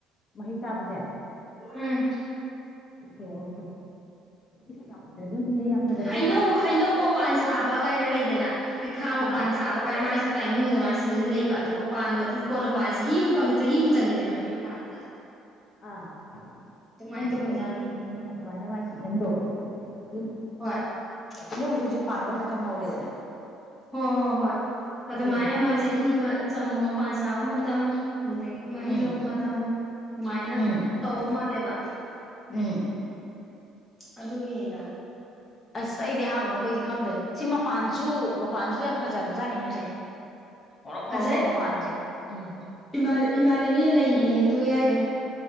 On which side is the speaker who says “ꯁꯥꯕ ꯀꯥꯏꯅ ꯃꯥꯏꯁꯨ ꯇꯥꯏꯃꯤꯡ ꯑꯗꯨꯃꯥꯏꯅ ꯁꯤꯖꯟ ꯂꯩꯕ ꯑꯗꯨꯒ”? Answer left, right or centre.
Centre